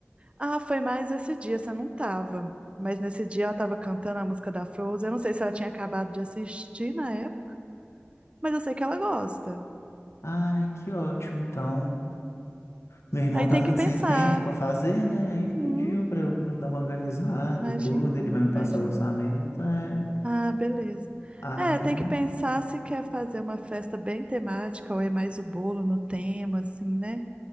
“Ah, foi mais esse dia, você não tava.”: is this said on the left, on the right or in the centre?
Right